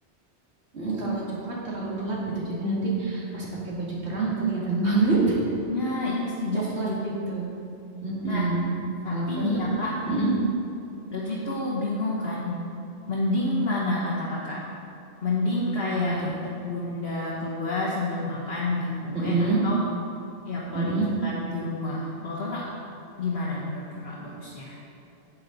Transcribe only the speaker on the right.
Mm, kalau coklat terlalu gelap gitu, jadi nanti pas pakai baju terang kelihatan <laughs> banget
coklat gitu. Mm-mm.
Kalau krem
tuh,
mm,
apa
tuh?
Mm-mm.
Mm-mm.